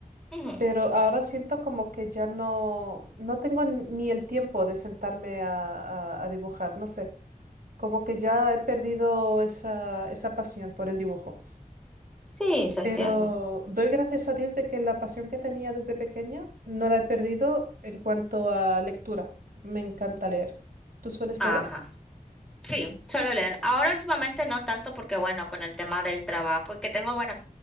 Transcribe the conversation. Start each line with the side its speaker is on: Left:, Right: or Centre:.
Centre: Ujú.
Right: pero ahora siento como que ya no, no tengo n- ni el tiempo de sentarme a, a- a dibujar, no sé, como que ya he perdido esa, esa pasión por el dibujo.
Centre: Sí, se
Right: Pero
Centre: entiende.
Right: doy gracias a Dios de que la pasión que tenía desde pequeña no la he perdido en cuanto a lectura. Me encanta leer. ¿Tú sueles
Centre: Ajá.
Right: leer?
Centre: Sí, suelo leer. Ahora últimamente no tanto porque, bueno, con el tema del trabajo y que tengo, bueno,